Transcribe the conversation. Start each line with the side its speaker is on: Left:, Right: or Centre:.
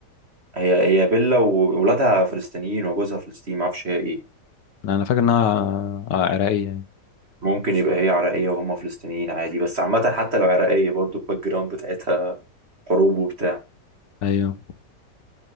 Right: هي هي بيلا وولادها فلسطينيين وجوزها فلسطيني ما اعرفش هي ايه
Left: انا فاكر انها عراقية يعني
Right: ممكن يبقى هي عراقيه وهم فلسطينيين عادي بس عامه حتى لو عراقيه برضو الباك جراوند بتاعتها حروب وبتاع
Left: ايوه